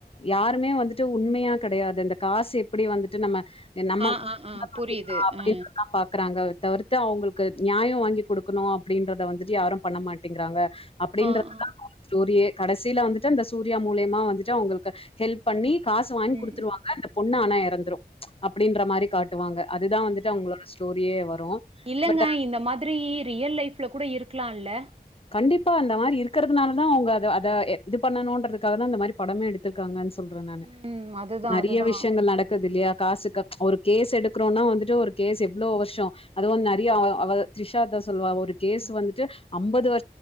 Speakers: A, on the left (about 35°); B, on the right (about 35°).
A: யாருமே வந்துட்டு உண்மையா கிடையாது இந்த காசு எப்படி வந்துட்டு நம்ம நம்ம
B: ஆ ஆ ஆ
A: மாத்திக்கலாம்
B: புரியுது
A: அப்படின்றதான்
B: ஆ
A: பாக்குறாங்க தவிர்த்து அவங்களுக்கு நியாயம் வாங்கி கொடுக்கணும் அப்படின்றத வந்துட்டு யாரும் பண்ண மாட்டேங்கிறாங்க அப்படின்றது
B: ஆ ஆ
A: தான் ஸ்டோரியே கடைசியில வந்துட்டு அந்த சூர்யா மூலியமா வந்துட்டு அவங்களுக்கு ஹெல்ப் பண்ணி காசு வாங்கி
B: ம்
A: கொடுத்துருவாங்க
B: ம்
A: பொண்ணு ஆனா இறந்துரும் அப்படின்ற மாதிரி காட்டுவாங்க அதுதான் வந்துட்டு அவங்களோட ஸ்டோரியே வரும்.
B: இல்லேங்க
A: பட்
B: இந்த மாதிரி ரியல் லைஃப்ல கூட இருக்குலால்ல
A: கண்டிப்பாக அந்த மாரி இருக்கறதுனால தா அவங்க அத அத இது பண்ணணுன்றதுக்காக தா இந்த மாரி படமே எடுத்துருக்காங்கன் ஸ் சொல்றேன் நானு
B: ம் அதுதா
A: நறைய
B: அதுதா.
A: விஷயங்கள் நடக்குது இல்லையா காசு க ஒரு கேஸ் எடுக்குறோன்னா வந்துட்டு ஒரு கேஸ் எவ்ளோ வருஷோ அத வந்து நறையா <unintelligible> திரிஷா அதா சொல்லுவா ஒ ரு கேஸ்
B: ம்
A: வந்துட்டு அம்பது
B: ம்
A: வ